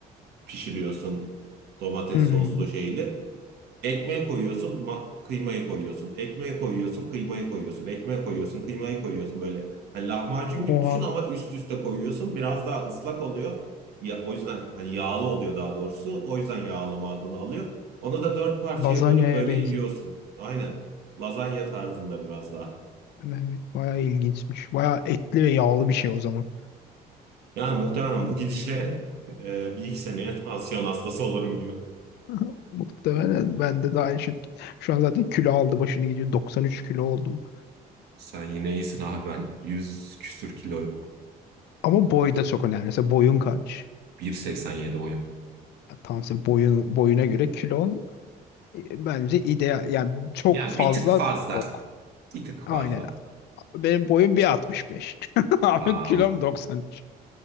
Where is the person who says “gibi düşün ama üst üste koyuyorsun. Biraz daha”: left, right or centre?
Right